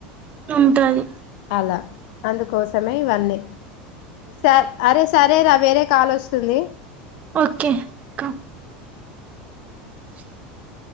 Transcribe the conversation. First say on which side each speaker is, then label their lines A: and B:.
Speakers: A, on the right; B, on the left.
A: ఉంటాది
B: అల అందుకోసమే ఇవన్నీ సర్ అరే సరే రా వేరే కాలోస్తుంది
A: ఓకే కా <unintelligible>